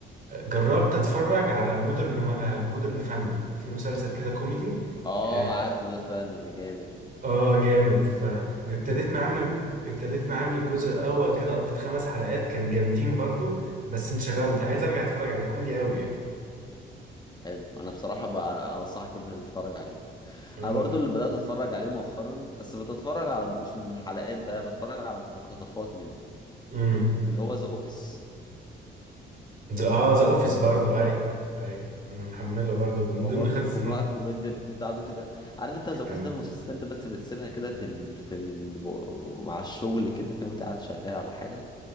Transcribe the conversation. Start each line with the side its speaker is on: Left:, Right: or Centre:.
Right: جربت اتفرج على مودرن مودرن فاميلي في مسلسل كده كوميدي
Left: اه
Right: اه
Left: عارف مودر فاميلي جامد
Right: آه، جامد فابتديت
Left: مم.
Right: معاه من ابتديت معاه من الجزء الاول كده قضيت خمس حلقات كان جامدين برضو بس انشغلت
Left: اه
Right: عايز ارجع اتفرج عليه كوميدي قوي يعني
Left: حلو انا بصراحه بقى انصحك انت تتفرج عليه
Right: اه
Left: انا برضو اللي بدات اتفرج عليه مؤخرا بس بتتفرج على مش من حلقات بقى بتفرج على مقتطفات منه
Right: امم
Left: اللي هو ذا اوفيس
Right: ذا اه ذا اوفيس برضو اي اي انا محمله برضو من
Left: هو
Right: ضمن
Left: برضه
Right: خمس
Left: الكوم-
Right: سنوات
Left: نوع الكوميديا بتاعته كده عارف انت ذا اوفيس
Right: كان
Left: ده من المسلسل انت بس بتسيبها كده في ال... في ال... و- مع الشغل كده فاهم انت قاعد شغال على حاجه